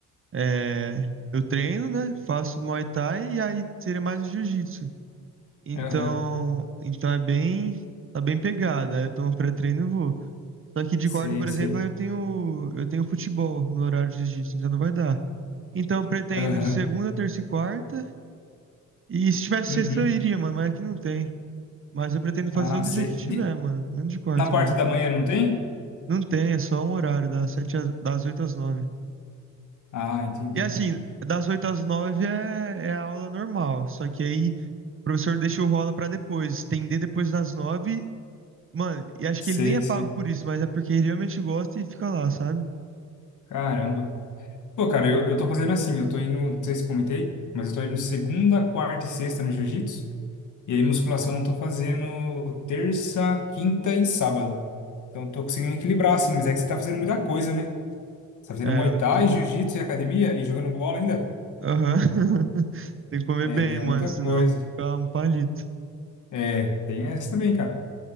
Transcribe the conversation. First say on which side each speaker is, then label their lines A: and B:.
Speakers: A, on the right; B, on the left.
A: É... Eu treino, né? Faço Muay Thai e aí seria mais o jiu-jitsu. Então,
B: Aham,
A: então é bem, tá bem pegada. Aí eu tomo pré-treino e vou. Só que de
B: Sei,
A: quarta, por
B: sei.
A: exemplo, eu tenho, eu tenho futebol no horário de jiu-jitsu, então não vai dar. Então, pretendo
B: Aham,
A: de segunda, terça e quarta. E se tivesse
B: uhum.
A: sexta, eu iria, mano, mas aqui não tem. Mas eu pretendo
B: Ah,
A: fazer todo
B: sei.
A: dia que tiver,
B: De-
A: mano, menos de quarta
B: Na parte
A: mesmo.
B: da manhã não tem?
A: Não tem, é só um horário, das sete às, das 8 às 9.
B: Ah, entendi,
A: E assim,
B: cara.
A: das 8 às 9 é, é a aula normal, só que aí o professor deixa o rola pra depois, estender depois das 9. Mano, e acho
B: Sei,
A: que ele nem é pago
B: sei.
A: por isso, mas é porque ele realmente gosta e fica lá, sabe?
B: Caramba. Pô, cara, eu, eu tô fazendo assim, eu tô indo, não sei se comentei, mas eu tô indo segunda, quarta e sexta no jiu-jitsu, e aí musculação eu tô fazendo terça, quinta e sábado. Então eu tô conseguindo equilibrar, assim, mas é que você tá fazendo muita coisa, né? Você tá fazendo
A: É,
B: Muay
A: eu
B: Thai,
A: tô.
B: jiu-jitsu e academia e jogando bola ainda?
A: Aham. <laughs> Tem que comer
B: É,
A: bem,
B: daí é
A: mano,
B: muita
A: senão
B: coisa.
A: eu vou ficar um palito.
B: É, tem essa também, cara.